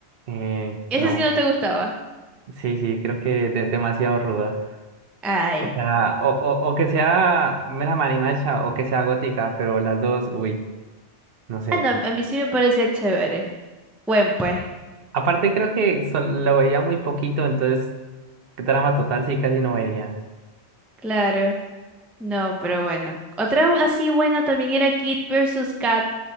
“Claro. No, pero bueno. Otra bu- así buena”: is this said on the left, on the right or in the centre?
Centre